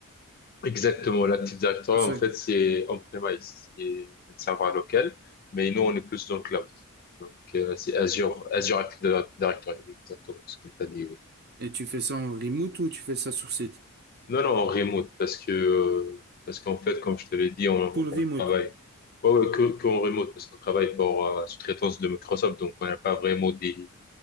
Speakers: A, on the left; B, on the right.
A: Exactement, l'Active Directory,
B: C'est
A: en
B: ça.
A: fait, c'est on-premise, c'est un serveur local, mais nous, on est plus dans le cloud. Donc, euh, c'est Azure, Azure Active Directory, oui, exactement ce que tu as dit. oui.
B: Et tu fais ça en remote ou tu fais ça sur site?
A: Non, non, en remote, parce que, euh, parce qu'en fait, comme je te l'ai dit, on,
B: Full
A: on
B: remote.
A: travaille. Ouais, ouais, que, que en remote, parce qu'on travaille pour euh, sous-traitance de Microsoft, donc on n'a pas vraiment des,